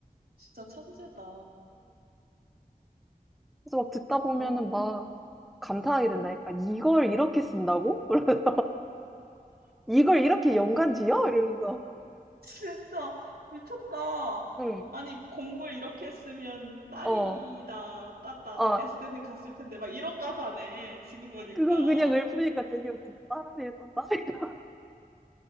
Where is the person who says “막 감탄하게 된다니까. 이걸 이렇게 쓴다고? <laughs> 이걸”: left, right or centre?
Centre